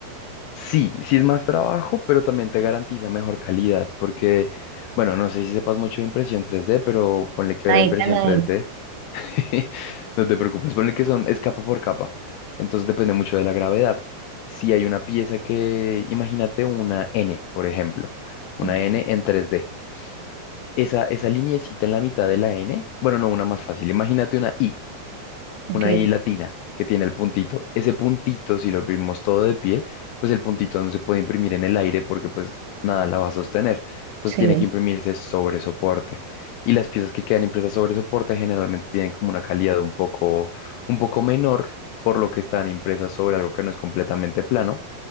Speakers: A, on the left; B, on the right.
A: Sí, sí es más trabajo, pero también te garantiza mejor calidad, porque, bueno, no sé si sepas mucho de impresión 3D, pero ponle que
B: Ahí,
A: la impresión
B: ahí.
A: 3D, <laughs> no te preocupes, ponle que son, es capa por capa, entonces depende mucho de la gravedad. Si hay una pieza que, imagínate una N, por ejemplo, una
B: Ok,
A: N en 3D. esa, esa lineecita en la mitad de la N, bueno, no, una más fácil, imagínate una I,
B: ok,
A: una I latina que tiene el puntito. Ese puntito, si lo imprimimos todo de pie, pues el puntito no se puede imprimir en el aire porque pues nada la va a sostener. Entonces
B: sí.
A: tiene que imprimirse sobre soporte. Y las piezas que quedan impresas sobre soporte generalmente tienen como una calidad un poco, un poco menor, por lo que están impresas sobre algo que no es completamente plano